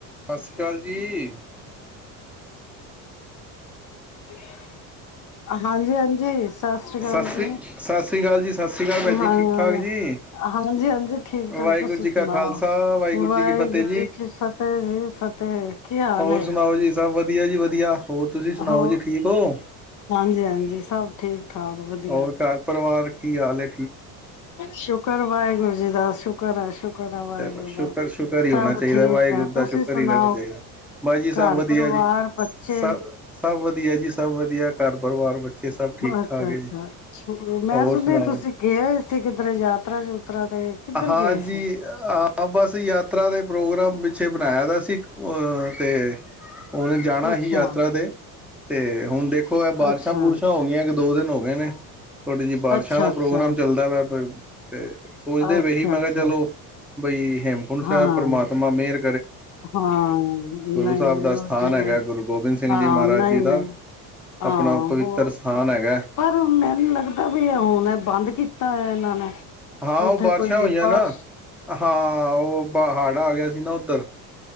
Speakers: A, in the centre; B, on the left.
A: ਸਤਿ ਸ੍ਰੀ ਅਕਾਲ ਜੀ।
B: <unintelligible> ਹਾਂਜੀ ਹਾਂਜੀ ਸਤਿ ਸ੍ਰੀ ਅਕਾਲ
A: ਸ਼੍ਰੀ
B: ਜੀ,
A: ਸਤਿ ਸ਼੍ਰੀ ਅਕਾਲ ਜੀ, ਸਤਿ ਸ਼੍ਰੀ ਅਕਾਲ
B: ਹਾਂ
A: ਭੈਣ ਜੀ, ਠੀਕ ਠਾਕ ਜੀ।
B: ਹਾਂਜੀ ਹਾਂਜੀ ਠੀਕ ਠਾਕ।
A: ਵਾਹਿਗੁਰੂ
B: ਤੁਸੀਂ
A: ਜੀ
B: ਸੁਣਾਓ।
A: ਕਾ ਖਾਲਸਾ,
B: ਵਾਹਿਗੁਰੂ
A: ਜੀ ਕੀ ਫਤਿਹ
B: ਜੀ ਕੀ ਫਤਿਹ ਜੀ, ਫਤਿਹ। ਕੀ ਹਾਲ
A: ਹੋਰ
B: ਹੈ
A: ਸੁਣਾਓ ਜੀ ਸਭ ਵਧ ਵਧੀਆ ਜੀ ਵਧੀਆ। ਹੋਰ ਤੁਸੀਂ ਸੁਣਾਓ
B: ਹੋ
A: ਜੀ ਠੀਕ ਹੋ?
B: ਹਾਂਜੀ ਹਾਂਜੀ ਸਭ ਠੀਕ। ਠਾਕ ਵਧੀਆ
A: ਹੋਰ ਘਰ ਪਰਿਵਾਰ ਕੀ ਆਾਲ ਐ
B: ਸ਼ੁਕਰ ਵਾਹਿਗੁਰੂ ਜੀ ਦਾ ਸ਼ੁਕਰ ਐ, ਸ਼ੁਕਰ। ਹੈ ਵਾਹਿਗੁਰੂ
A: ਚਲੋ ਸ਼ੁਕਰ
B: ਦਾ
A: ਸ਼ੁਕਰ ਹੀ
B: ਸਭ
A: ਹੋਣਾ ਚਾਹੀਦਾ
B: ਠੀਕ
A: ਵਾਹਿਗੁਰੂ
B: ਹੈ
A: ਦਾ
B: ਤੁਸੀਂ
A: ਸ਼ੁਕਰ
B: ਸੁਣਾਓ
A: ਹੀ ਰਹਿਣਾ ਚਾਹੀਦਾ। ਬਾਈ ਜੀ ਸਭ
B: ਘਰ
A: ਵਧੀਆ
B: ਪਰਿਵਾਰ
A: ਜੀ।
B: ਬੱਚੇ
A: ਸ ਸਭ ਵਧੀਆ ਜੀ, ਸਭ ਵਧੀਆ ਘਰ ਪਰਿਵਾਰ ਬੱਚੇ ਸਭ ਠੀਕ
B: ਅੱਛਾ
A: ਠਾਕ ਹੈ
B: ਅੱਛਾ,
A: ਜੀ।
B: ਮੈਂ
A: ਹੋਰ
B: ਸੁਣਿਆ
A: ਸੁਣਾਓ
B: ਤੁਸੀਂ
A: ਜੀ?
B: ਗਏ ਹੋਏ ਸੀ ਕਿਧਰੇ ਯਾਤਰਾ ਯੂਤਰਾ ਤੇ ਕਿੱਧਰ
A: ਹਾਂਜੀ
B: ਗਏ ਸੀ
A: ਹਾਂ ਬਸ ਯਾਤਰਾ ਦੇ ਪ੍ਰੋਗਰਾਮ ਪਿੱਛੇ ਬਣਾਇਆ ਦਾ ਸੀ ਅ ਤੇ ਉਹਨੇ ਜਾਣਾ
B: ਅੱਛਾ
A: ਸੀ ਯਾਤਰਾ ਤੇ ਤੇ ਹੁਣ ਦੇਖੋ ਇਹ ਬਾਰਸ਼ਾਂ
B: ਅੱਛਾ
A: ਬੁਰਿਸ਼ਾਂ ਹੋ ਗਈਆਂ ਦੋ ਦਿਨ ਹੋ ਗਏ ਨੇ ਤੁਹਾਡੇ ਜੀ ਬਾਰਿਸ਼ਾਂ
B: ਅੱਛਾ
A: ਦਾ
B: ਅੱਛਾ
A: ਪ੍ਰੋਗਰਾਮ ਚੱਲਦਾ ਵਾ ਬ ਤੇ ਸੋਚਦੇ
B: ਅੱਛਾ
A: ਵੇਹੀ ਮੈਂ
B: ਅੱਛਾ
A: ਕਿਹਾ ਚਲੋ ਬਈ ਹੇਮਕੁੰਡ
B: ਹਾਂ
A: ਸਾਹਿਬ ਪ੍ਰਮਾਤਮਾ ਮੇਹਰ
B: ਹਾਂ, ਨਈਂ
A: ਸਾਹਿਬ
B: ਨਈਂ
A: ਦਾ ਸਥਾਨ
B: ਉਹ ਜਿਦੁ
A: ਹੈਗਾ ਗੁਰੂ ਗੋਬਿੰਦ ਸਿੰਘ
B: ਹਾਂ
A: ਜੀ ਮਹਾਰਾਜ
B: ਨਈਂ
A: ਜੀ ਦਾ
B: ਨਈਂ ਹਾਂ
A: ਆਪਣਾ ਪਵਿੱਤਰ
B: ਬੋ
A: ਸਥਾਨ ਹੈਗਾ
B: ਪਰ ਮੈਨੂੰ ਲੱਗਦਾ ਵੀ ਹੁਣ ਬੰਦ ਕੀਤਾ ਆ ਇਹਨਾਂ ਨੇ
A: ਹਾਂ,
B: ਉੱਥੇ
A: ਉਹ ਬਾਰਿਸ਼ਾਂ
B: ਕੋਈ
A: ਹੋਈਆਂ
B: ਬਾਹਰ
A: ਨਾ। ਹਾਂ ਉਹ ਪ ਹਾੜ੍ਹ ਆ ਗਿਆ ਸੀ ਨਾ ਉੱਧਰ